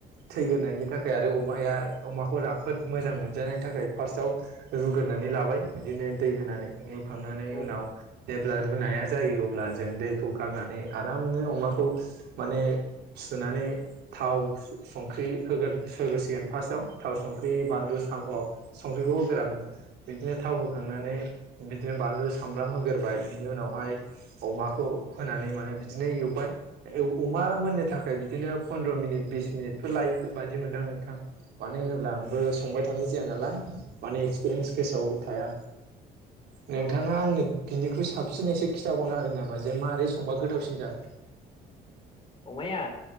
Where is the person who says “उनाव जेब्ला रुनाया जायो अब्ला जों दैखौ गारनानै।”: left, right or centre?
Right